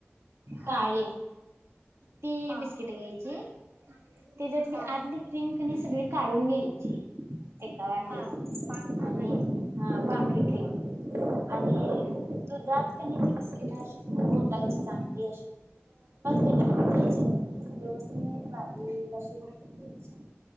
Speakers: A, on the right; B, on the right.
A: हा
B: काळी ती
A: हा
B: बिस्किट घ्यायची, त्याच्यातली
A: हा
B: आतली क्रीम काणी सगळी काढून घ्यायची एका वाटेत,
A: हा पांढरी
B: आणि
A: क्रीम
B: हा पंढरी क्रीम आणि
A: हम्म हम्म
B: दुधात कनि ती बिस्किटशी अशी कुटायचे चांगली
A: हम्.
B: कणी लावून व्यवस्थित बारीक कशी खपून घ्यायची